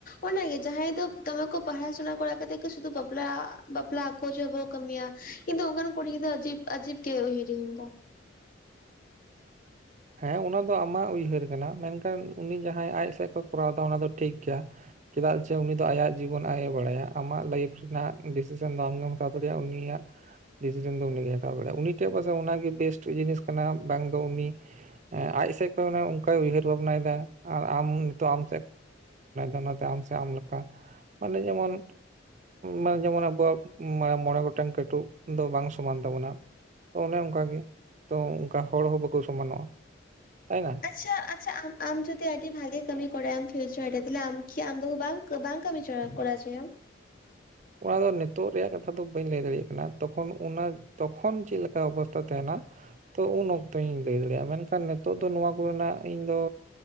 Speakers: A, on the left (about 45°); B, on the right (about 40°).
A: ᱚᱱᱟᱜᱮ ᱡᱟᱦᱟᱸᱭ ᱫᱚ ᱫᱚᱢᱮ ᱠᱚ ᱯᱟᱲᱦᱟ ᱥᱩᱱᱟ ᱠᱚᱨᱟᱣ ᱠᱟᱛᱮ ᱜᱮ ᱥᱩᱫᱷᱩ ᱵᱟᱯᱞᱟ ᱵᱟᱯᱞᱟ ᱟᱠᱚ ᱡ ᱵᱚ ᱠᱟᱹᱢᱤᱭᱟ᱾ ᱠᱤᱱᱛᱩ ᱚᱱᱠᱟᱱ ᱠᱩᱲᱤ-ᱜᱤᱫᱟᱹᱨ ᱫᱚ ᱟᱡᱤᱵ ᱜᱮ ᱩᱭᱦᱟᱹᱨᱼᱟᱧ ᱤᱧ ᱫᱚ᱾
B: ᱦᱮᱸ ᱚᱱᱟ ᱫᱚ ᱟᱢᱟᱜ ᱩᱭᱦᱟᱹᱨ ᱠᱟᱱᱟ, ᱢᱮᱱᱠᱷᱟᱱ ᱩᱱᱤ ᱡᱟᱦᱟᱸᱭ ᱟᱡ ᱥᱮᱫ ᱠᱷᱚᱱ ᱠᱚᱨᱟᱣ ᱮᱟ ᱚᱱᱟ ᱫᱚ ᱴᱷᱤᱠ ᱜᱮᱭᱟ᱾ ᱪᱮᱫᱟᱜ ᱡᱮ ᱩᱱᱤ ᱫᱚ ᱟᱭᱟᱜ ᱡᱤᱵᱚᱱ ᱟᱡ ᱮ ᱵᱟᱲᱟᱭᱟ᱾ ᱟᱢᱟᱜ ᱞᱟᱭᱤᱯᱷ ᱨᱮᱱᱟᱜ ᱰᱤᱥᱤᱥᱮᱱ ᱫᱚ ᱟᱢᱜᱮᱢ ᱦᱟᱛᱟᱣ ᱫᱟᱲᱮᱭᱟᱜᱼᱟ, ᱩᱱᱤᱭᱟᱜᱼᱼ ᱰᱤᱥᱤᱡᱮᱱ ᱫᱚ ᱩᱱᱤᱜᱮᱭ ᱦᱟᱛᱟᱣ ᱵᱟᱟᱲᱟᱭᱟ᱾ ᱩᱱᱤ ᱴᱷᱮᱡ ᱯᱟᱥᱮᱡ ᱚᱱᱟᱜᱮ ᱵᱮᱥᱴ ᱡᱤᱱᱤᱥ ᱠᱟᱱᱟ, ᱵᱟᱝ ᱫᱚ ᱩᱱᱤᱼᱼ ᱟᱡ ᱥᱮᱡ ᱠᱷᱚᱱ ᱚᱱᱮ ᱚᱱᱠᱟᱭ ᱩᱭᱦᱟᱹᱨ ᱵᱷᱟᱵᱽ ᱱᱟᱭᱮᱫᱟᱼᱼ ᱟᱨ ᱟᱢ ᱛᱚᱨᱟᱝ, ᱚᱱᱟᱛᱮ ᱟᱢ ᱥᱮ ᱟᱢ ᱞᱮᱠᱟ᱾ ᱢᱟᱱᱮ ᱡᱮᱢᱚᱱᱼᱼ ᱢᱟᱱᱮ ᱡᱮᱢᱚᱱ ᱟᱵᱚᱣᱟᱜ ᱢᱚᱬᱮ ᱜᱚᱴᱟᱝ ᱠᱟᱹᱴᱩᱵ ᱫᱚ ᱵᱟᱝ ᱥᱚᱢᱟᱱ ᱛᱟᱵᱚᱱᱟ᱾ ᱛᱚ ᱚᱱᱮ ᱚᱱᱠᱟᱜᱮ, ᱛᱚ ᱚᱱᱠᱟ ᱦᱚᱲ ᱦᱚᱸ ᱵᱟᱠᱚ ᱥᱚᱢᱟᱱᱚᱜᱼᱟ᱾ ᱛᱟᱭᱱᱟ?
A: ᱟᱪᱪᱷᱟ ᱟᱪᱪᱷᱟ ᱟᱢ ᱡᱩᱫᱤ ᱟᱹᱰᱤ ᱵᱷᱟᱜᱤ ᱠᱟᱹᱢᱤ ᱠᱚᱨᱟᱭᱢ ᱯᱷᱤᱭᱩᱪᱟᱨ ᱨᱮ᱾ ᱛᱟᱦᱮ ᱟᱢ ᱠᱤ ᱟᱢ ᱵᱟᱦᱩ ᱵᱟᱝᱼᱼ ᱵᱟᱝ ᱠᱟᱹᱢᱤ ᱠᱚᱲᱟ ᱦᱚᱪᱚᱭᱟᱢ?
B: ᱚᱱᱟ ᱫᱚ ᱱᱤᱛᱚᱜ ᱨᱮᱭᱟᱜ ᱠᱟᱛᱷᱟ ᱫᱚ ᱵᱟᱹᱧ ᱞᱟᱹᱭ ᱫᱟᱲᱮᱭᱟᱜ ᱠᱟᱱᱟ᱾ ᱛᱚᱠᱷᱚᱱ ᱚᱱᱟᱼᱼ ᱛᱚᱠᱷᱚᱱ ᱪᱮᱫᱮ ᱞᱮᱠᱟ ᱚᱵᱚᱥᱛᱟ ᱛᱟᱦᱮᱱᱟ ᱛᱚ ᱩᱱ ᱚᱠᱛᱚᱧ ᱞᱟᱹᱭ ᱫᱟᱲᱮ ᱭᱟᱜᱼᱟ᱾ ᱢᱮᱱᱠᱷᱟᱱ ᱱᱤᱛᱚᱜ ᱫᱚ ᱱᱚᱣᱟ ᱠᱚᱨᱮᱱᱟᱜ ᱤᱧ ᱫᱚ,